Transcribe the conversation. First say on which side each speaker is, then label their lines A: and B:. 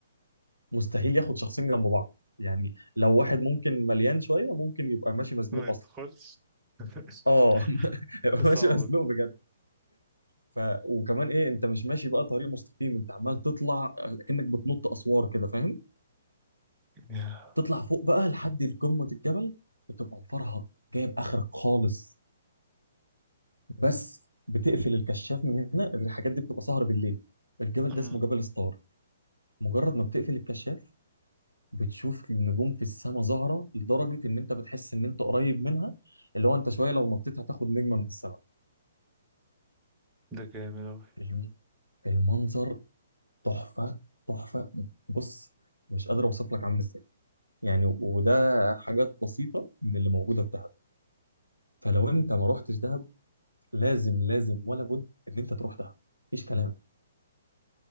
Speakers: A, on the right (about 85°); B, on the right (about 20°).
A: مستحيل ياخد شخصين جنب بعض يعني لو واحد ممكن مليان شويه ممكن يبقى ماشي مزنوق
B: ما يدخلش
A: اصلا
B: <laughs>
A: اه <laughs> يبقى
B: صعبة
A: ماشي مزنوق
B: دي
A: بجد ف... وكمان ايه انت مش ماشي بقى طريق مستقيم انت عمال تطلع كأنك بتنط اسوار كده فاهم
B: يا
A: تطلع فوق بقى لحد قمه الجبل بتبقى مفرهد جايب اخرك خالص بس بتقفل الكشاف من هنا الحاجات دي بتبقى سهر بالليل الجبل
B: أمم،
A: ده اسمه جبل ستار مجرد ما بتقفل الكشاف بتشوف النجوم في السماء ظاهره لدرجه ان انت بتحس ان انت قريب منها اللي هو انت شويه لو نطيت هتاخد نجمه من السماء
B: ده جامد أوي
A: الم- المنظر تحفه تحفه بص مش قادر اوصف لك عامل ازاي يعني وده حاجات بسيطه من اللي موجوده في دهب فلو انت ما رحتش دهب لازم لازم ولا بد ان انت تروح دهب مفيش كلام